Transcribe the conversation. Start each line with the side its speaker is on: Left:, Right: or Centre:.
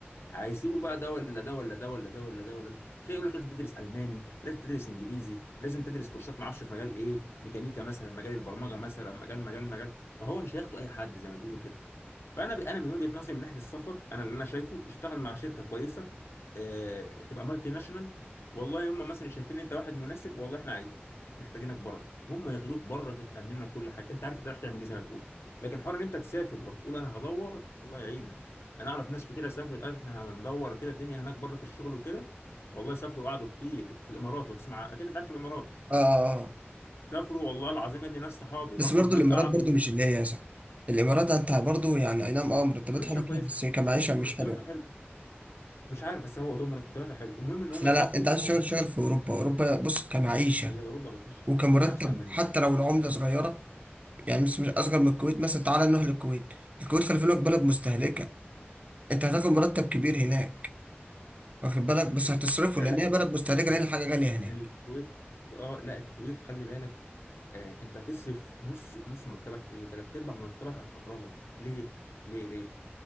Left: هيسيبوا بقى ده ولا ده ولا ده ولا ده ولا ده ولا ده شيء يقول لك لازم تدرس الماني لازم تدرس انجليزي لازم تدرس كورسات ما اعرفش في مجال ايه ميكانيكا مثلا مجال البرمجه مثلا مجال مجال مجال فهو مش هياخدوا اي حد زي ما بيقولوا كده فانا ب... انا من وجهه نظري من ناحيه السفر انا اللي انا شايفه اشتغل مع شركه كويسه اه... تبقى مالتي ناشونال والله هم مثلا شايفين انت واحد مناسب والله احنا عايزين محتاجينك بره هم ياخدوك بره تتامن لك كل حاجه انت عارف انت رايح تعمل ايه زي ما تقول لكن حوار ان انت تسافر وهتقول انا هدور الله يعينك انا اعرف ناس كتير سافرت قالت احنا هندور كده الدنيا هناك بره في الشغل وكده والله سافروا وقعدوا كتير في الامارات لو تسمع اكيد انت عارف الامارات
Right: آه آه، آه.
Left: سافروا والله العظيم يا ابني ناس صحابي
Right: بس
Left: راحوا
Right: برضو
Left: هناك
Right: الإمارات
Left: قعدوا
Right: برضو مش اللي هي صح الإمارات أنت برضو يعني أي نعم أه مرتبات
Left: فلوسها
Right: حلوة
Left: كويسه
Right: فيها، بس هي كمعيشة
Left: مرتباتها
Right: مش حلوة
Left: حلوه مش عارف بس هو هو مرتباتها حلو المهم ان هم
Right: لا
Left: سافروا
Right: لا أنت عايز
Left: والله
Right: تشتغل شغل في أوروبا أوروبا بص كمعيشة
Left: هي اوروبا ما فيش
Right: وكان
Left: ما
Right: مرتب
Left: فيش احسن منها
Right: حتى
Left: اه
Right: لو العملة صغيرة يعني مش مش أصغر من الكويت مثلا تعالى نروح للكويت الكويت خلي بالك بلد مستهلكة أنت هتاخد مرتب كبير هناك واخد بالك بس
Left: ال-
Right: هتصرفه
Left: الفكره
Right: لأن
Left: لا
Right: هي
Left: الك-
Right: بلد مستهلكة
Left: ال-
Right: لأن الحاجة غالية هناك
Left: الكويت اه لا الكويت خلي بالك آه انت هتصرف نص نص مرتبك ايه تلات ارباع مرتبك على الكهرباء ليه ليه ليه